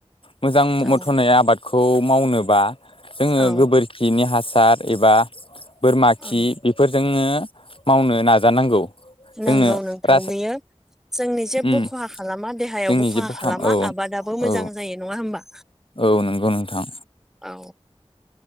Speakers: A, on the left; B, in the centre.
A: मोजां
B: औ
A: मथ'नाय आबाद खौ मावनोबा जोङो
B: औ
A: गोबोरखिनि हासार एबा बोरमा
B: औ
A: खि बेफोरजोंनो मावनो नाजानांगौ। जोंनो
B: नांगौ नोंथां
A: राज
B: बियो जों जे बो
A: उम
B: खहा खालामा देहायावबो
A: जोंनि
B: खहा
A: जेबो
B: खालामा
A: खाम औ
B: आबादाबो मोजां
A: औ
B: जायो नङा होमबा।
A: औ नोंगौ नोंथां।
B: औ।